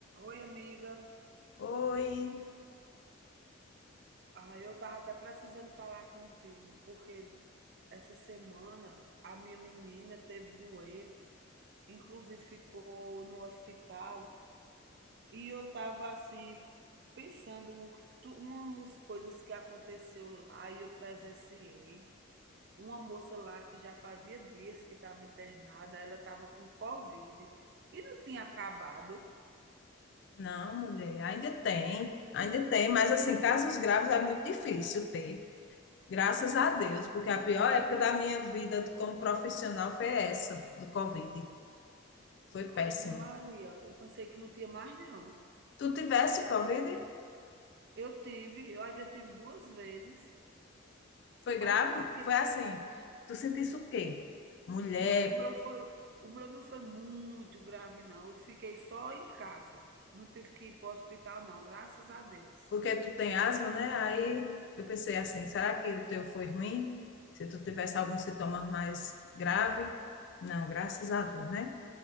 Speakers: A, on the right; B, on the left.
A: Oi, amiga.
B: Oi.
A: Ah, eu tava até precisando falar contigo, porque essa semana a minha menina teve doente, inclusive ficou no hospital, e eu tava assim pensando o- tu- umas coisas que aconteceu lá e eu presenciei. Uma moça lá que já fazia dias que estava internada, ela estava com Covid e não tinha acabado.
B: Não, mulher, ainda tem, ainda tem, mas assim, casos graves é muito difícil ter, graças a Deus, porque a pior época da minha vida como profissional foi essa, do Covid. Foi péssimo.
A: Ave Maria, eu pensei que não tinha mais não.
B: Tu tivesse Covid?
A: Eu tive, eu ainda tive 2 vezes,
B: Foi
A: mas
B: grave?
A: porque
B: Foi assim, tu sentisse o quê? Mulher,
A: não, o meu foi o meu não foi muito grave não, eu fiquei só em casa, não tive que ir para o hospital não, graças a Deus.
B: porque tu tem asma, né? Aí eu pensei assim, será que o teu foi ruim? Se tu tivesse alguns sintomas mais grave? Não, graças a Deus, né?